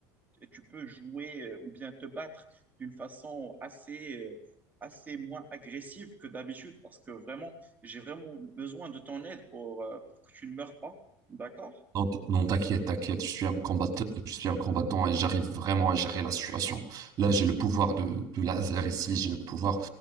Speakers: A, on the right; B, on the right.
A: euh, tu peux jouer euh, ou bien te battre d'une façon assez, euh, assez moins agressive que d'habitude? Parce que vraiment, j'ai vraiment besoin de ton aide pour, euh, pour que tu ne meurs pas. D'accord?
B: Non, t- non, t'inquiète, t'inquiète, je suis un combattant, je suis un combattant et j'arrive vraiment à gérer la situation. Là, j'ai le pouvoir de, de laser ici, j'ai le pouvoir